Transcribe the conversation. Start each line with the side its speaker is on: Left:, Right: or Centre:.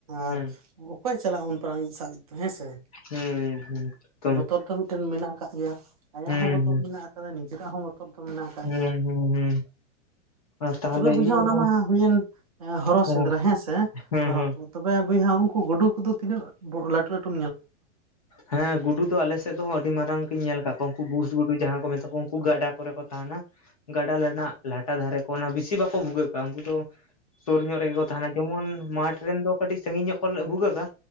Left: ᱦᱮᱸ
Right: ᱟᱨ ᱚᱠᱚᱭ ᱪᱟᱞᱟᱜ-ᱟ ᱩᱱ ᱢᱟᱨᱟᱝ-ᱤᱡ ᱥᱟᱵ ᱫᱚ ᱦᱮᱸᱥᱮ᱾
Left: ᱦᱮᱸ ᱦᱮᱸ ᱛᱚ
Right: ᱵᱚᱛᱚᱨ
Left: ᱦᱩᱸ
Right: ᱫᱚ ᱢᱤᱫᱴᱮᱱ ᱢᱮᱱᱟᱜ ᱟᱠᱟᱫ ᱜᱮᱭᱟ ᱟᱭᱟᱜ
Left: ᱦᱩᱸ
Right: ᱦᱚᱸ ᱵᱚᱛᱚᱨ ᱢᱮᱱᱟᱜ ᱟᱠᱟᱫᱟ ᱱᱤᱡᱮᱨᱟᱜ ᱦᱚᱸ ᱵᱚᱛᱚᱨ ᱵᱚᱛᱚᱨ ᱫᱚ ᱢᱮᱱᱟᱜ ᱟᱠᱟᱫ
Left: ᱦᱩᱸ
Right: ᱜᱮᱭᱟ
Left: ᱦᱩᱸ ᱦᱩᱸ ᱟᱨ ᱛᱟᱦᱚᱞᱮ
Right: ᱛᱚᱵᱮ ᱵᱚᱭᱦᱟ
Left: ᱤᱭᱟᱹ ᱠᱚᱫᱚ
Right: ᱚᱱᱟ ᱢᱟ ᱦᱩᱭᱮᱱ ᱦᱚᱨᱚ
Left: ᱦᱮᱸ
Right: ᱥᱮᱸᱫᱽᱨᱟ ᱦᱮᱸᱥᱮ
Left: ᱦᱮᱸ
Right: ᱦᱚᱨᱚ
Left: ᱦᱮᱸ
Right: ᱠᱚ ᱛᱚᱵᱮ ᱵᱚᱭᱦᱟ ᱩᱱᱠᱩ ᱜᱩᱰᱩ ᱠᱚᱫᱚ ᱛᱤᱱᱟᱹᱜ ᱞᱟᱹᱴᱩ ᱞᱟᱹᱴᱩ
Left: ᱦᱮᱸ ᱜᱩᱰᱩ ᱫᱚ ᱟᱞᱮ ᱥᱮᱫ ᱫᱚ ᱟᱹᱰᱤ ᱢᱟᱨᱟᱝ ᱜᱮᱧ ᱧᱮᱞ ᱟᱠᱟᱫ ᱠᱚᱣᱟ ᱩᱱᱠᱩ ᱵᱩᱥ ᱜᱩᱰᱩ, ᱡᱟᱦᱟᱸ ᱠᱚ ᱢᱮᱛᱟ ᱠᱚ ᱩᱱᱠᱩ ᱜᱟᱰᱟ ᱠᱚᱨᱮ ᱠᱚ ᱛᱟᱦᱮᱸᱱᱟ᱾ ᱜᱟᱰᱟ ᱨᱮᱱᱟᱜ ᱞᱟᱴᱟ ᱫᱷᱟᱨᱮ ᱠᱚ ᱚᱱᱟ ᱵᱤᱥᱤ ᱵᱟᱠᱚ ᱵᱷᱩᱜᱟᱹᱜ-ᱟ ᱩᱱᱠᱩ ᱫᱚ᱾ ᱥᱩᱨ ᱧᱚᱜ ᱨᱮᱜᱮ ᱠᱚ ᱛᱟᱦᱮᱱᱟ ᱡᱮᱢᱚᱱ ᱢᱟᱴᱷ ᱨᱮᱱ ᱫᱚ ᱠᱟᱹᱴᱤᱡ ᱥᱟᱺᱜᱤᱧ ᱧᱚᱜ ᱠᱚ ᱵᱷᱩᱜᱟᱹᱜ-ᱟ,